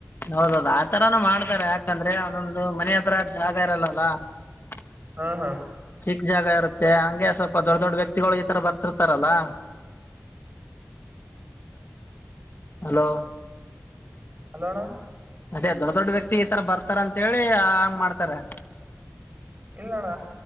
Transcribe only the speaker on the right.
ಹಾ ಹಾ <unintelligible>
ಹಲೋಣ <unintelligible>
ಇಲ್ಲ ಅಣ